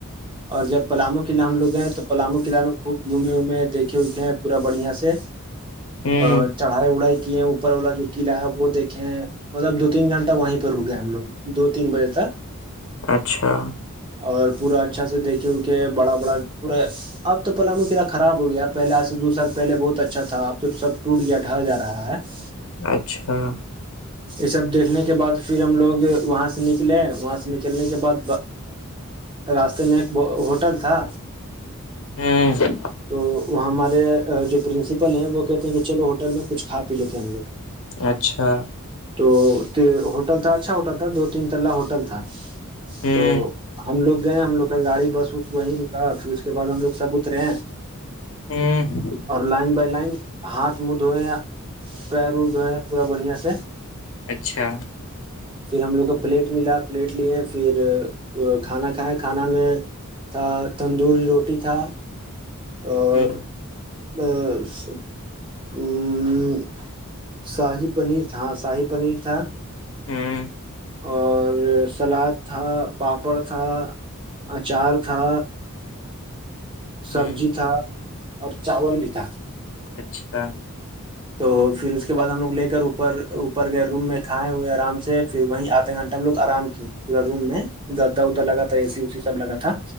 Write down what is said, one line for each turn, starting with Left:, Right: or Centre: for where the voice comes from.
Right: اور جب پلامو قلعہ ہم لوگ گئے تو پلامو قلعہ میں خوب گھومے وومے دیکھے اکھے ہیں پورا بڑھیا سے
Left: ہوں
Right: ا چڑھائی وڑھائی کیے اوپر والا جو قلعہ ہے وہ دیکھے ہیں مطلب دو تین گھنٹہ وہیں پہ رکےئے ہم لوگ دو تین بجے تک
Left: اچھا
Right: اور پورا اچھا سے دیکھے ان کے بڑا بڑا پورا اب تو پلامو قع خراب ہو گیا پہل آج سے دو سال پہلے بہت اچھا تھا اب تو سب ٹوٹ گیا ڈھا جا رہا ہے <inaudible>
Left: اچھا
Right: یہ سب دیکھنے کے بعد پھر ہم لوگ وہاں سے نکلے وہاں سے نکلنے کے بعد راستے میں ایک ہوٹل تھا
Left: ہوں
Right: تو وہاں ہمارے جو پرنسپل ہیں وہ کہتے ہیں کہ چلو ہوٹل میں کچھ کھا پی لیتے ہیں ہم لوگ
Left: اچھا
Right: تو ہوٹل تھا اچھا ہوٹل تھا دو تین تلا ہوٹل تھا
Left: ہوں
Right: تو ہم لوگ گئے ہم لوگ کا گاڑی بس ا وہیں رکا پھر اس کے بعد ہم لوگ سب اترے ہیں
Left: ہوں
Right: اور لائن بائی لائن ہاتھ منہ دھوئے پیر دھوئے ہیں پورا بڑھیا سے
Left: اچھا
Right: پھر ہم لوگ کو پلیٹ ملا پلیٹ لیے پھر کھانا کھائے کھانا میں تھا تندوری روٹی تھا اور
Left: ہوں
Right: <inaudible> شاہیب پنیر تھا ہاں شاہیب پنیر تھا
Left: ہوں
Right: اور سلاد تھا پاپڑ تھا اچار تھا سبزی
Left: ہوں
Right: تھا اور چاول بھی تھا
Left: اچھا
Right: تو پھر اس کے بعد ہم لوگ لے کر اوپر اوپر گئے بڈروم میں کھائے ہوئے آرام سے پھر وہیں آدھے گھنٹہ ہم لوگ آرام پورا روم میں گدا ادا لگا تھا اے سی ا س سب لگا تھا